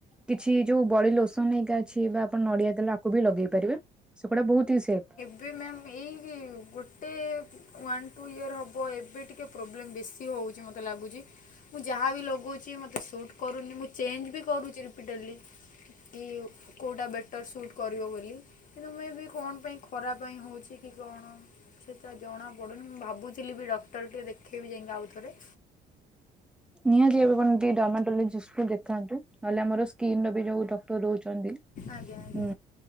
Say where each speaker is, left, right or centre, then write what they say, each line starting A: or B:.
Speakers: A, in the centre; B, on the left.
A: କିଛି ଯୋଉ ବଡି ଲୋସନ ହେରିକା ଅଛି ବା ଆପଣ ନଡିଆ ତେଲ ଆକୁ ବି ଲଗେଇ ପାରିବେ ସେଗୁଡ଼ା ବହୁତ ହି ସେଫ୍।
B: ଏବେ ମ୍ୟାମ୍ ଏଇ ଗୋଟେ ୱାନ୍ ଟୁ ଇୟର ହବ ଏବେ ଟିକେ ଟିକେ ପ୍ରୋବ୍ଲେମ୍ ବେଶୀ ହଉଛି ମୋତେ ଲାଗୁଛି। ମୁଁ ଯାହା ବି ଲଗଉଛି ମୋତେ ସୁଟ୍ କରୁନି ମୁଁ ଚେଞ୍ଜ ବି କରୁଛି ରିପିଟେଡ଼ଲି। କି କୋଉଟା ବେଟର୍ ସୁଟ୍ କରିବ ବୋଲି। କିନ୍ତୁ ମେଁ ବି କଣ ପାଇଁ ଖରା ପାଇଁ ହଉଛି କି କଣ। ସେ ତ ଜଣାପଡୁନି ମୁଁ ଭାବୁଥିଲି ବି ଡକ୍ଟର ଟିକେ ଦେଖେଇବି ଯାଇକି ଆଉ ଥରେ।
A: ନିହାତି ଭାବେ ଆପଣ ଟିକେ ଡର୍ମାଟୋଲୋଜିଷ୍ଟକୁ ଦେଖାନ୍ତୁ ନହେଲେ ଆମର ସ୍କିିନ ର ବି ଯୋଉ ଡକ୍ଟର ରହୁଛନ୍ତି।
B: ଆଜ୍ଞା ଆଜ୍ଞା
A: ହୁଁ